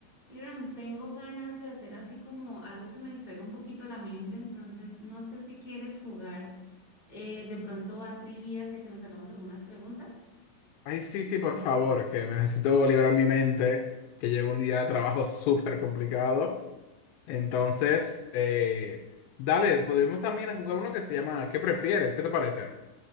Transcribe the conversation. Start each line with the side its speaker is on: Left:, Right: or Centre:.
Centre: Irán, tengo ganas de hacer así como algo que me distraiga un poquito la mente, entonces no sé si quieres jugar eh, de pronto a trivias y a que nos hagamos algunas preguntas.
Left: Ay, sí, sí, por favor, que me necesito liberar mi mente, que llevo un día de trabajo súper complicado. Entonces, eh, dale, podemos también jugar uno que se llama ¿Qué prefieres? ¿Qué te parece?